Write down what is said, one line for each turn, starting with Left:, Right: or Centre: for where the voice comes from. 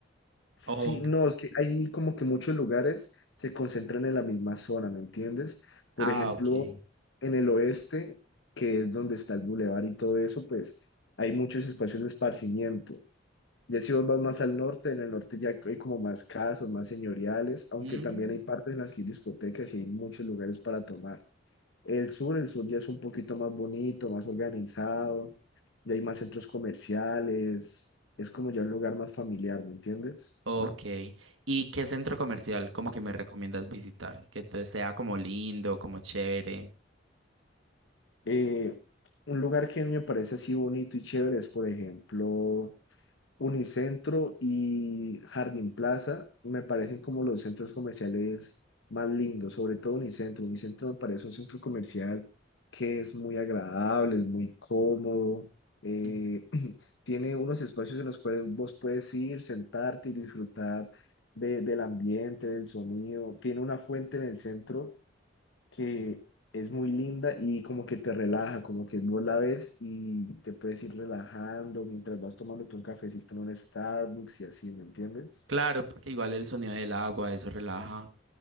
Left: Sí,
Right: Oh.
Left: no, es que hay como que muchos lugares se concentran en la misma zona, ¿me entiendes? Por
Right: Ah,
Left: ejemplo,
Right: ok.
Left: en el oeste, que es donde está el bulevar y todo eso, pues hay muchos espacios de esparcimiento. Ya si vos vas más al norte, en el norte ya hay como más casas, más señoriales, aunque
Right: Mm.
Left: también hay partes en las que hay discotecas y hay muchos lugares para tomar. El sur, el sur ya es un poquito más bonito, más organizado, ya hay más centros comerciales, es como ya un lugar más familiar, ¿me entiendes?
Right: Ok. ¿Y qué centro comercial como que me recomiendas visitar? Que te- sea como lindo, como chévere.
Left: Eh, un lugar que a mí me parece así bonito y chévere es, por ejemplo, Unicentro y Jardín Plaza me parecen como los centros comerciales más lindos, sobre todo Unicentro. Unicentro me parece un centro comercial que es muy agradable, es muy cómodo, eh,
Right: Mm,
Left: <clears throat> tiene unos espacios en los cuales vos puedes ir, sentarte y disfrutar de- del ambiente, del sonido. Tiene una fuente en el centro que
Right: Sí.
Left: es muy linda y como que te relaja, como que vos la ves y te puedes ir relajando mientras vas tomándote un cafecito en un Starbucks y así, ¿me entiendes?
Right: Claro, porque igual el sonido del agua, eso relaja.